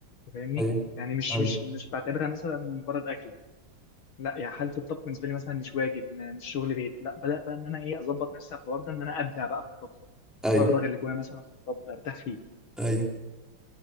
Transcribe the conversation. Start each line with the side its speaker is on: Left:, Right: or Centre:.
Left: أنت فاهمني
Centre: ايوه
Left: يعني مش
Centre: أيوه.
Left: مش مش بعتبرها مثلا مجرد اكل لا يعني حاله الطبخ بالنسبه لي مثلا مش واجب م- مش شغل بيت لا بدات بقى ان انا ايه اظبط نفسي على الحوار ده ان انا ابدع بقى في الطبخ
Centre: ايوه
Left: افرغ اللي جوايا مثلا في الطبخ ارتاح فيه
Centre: ايوه